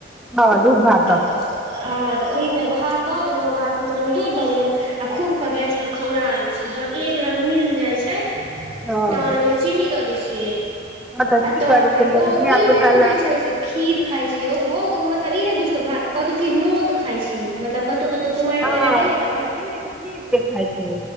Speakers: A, in the centre; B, on the right.
A: हँ दूध भात
B: तऽ
A: द क
B: हँ तऽ ओहि मे भात दऽ देलहुँ भात मे तऽ कनी दूध दऽ देलहु आ खूब के गैस पर खौला दै छियै, जखन एक रंग मिल जाइ छै,
A: हँ
B: तखन चीनी दऽ दै छियै
A: हँ तऽ
B: आ
A: की
B: तखन
A: करतै
B: फेर,
A: लोक
B: ओ
A: धिया
B: ई
A: पुता
B: नहि बुझै
A: लए
B: छै जे खीर खाई छी ओ मतलब ई नहि बुझतौ भात कतौ की नोत खाई छी मतलब कतऽ कत कतहु कुमारि
A: हँ
B: खाइ ले गेले
A: खीर
B: ने
A: खीर जे खाय छै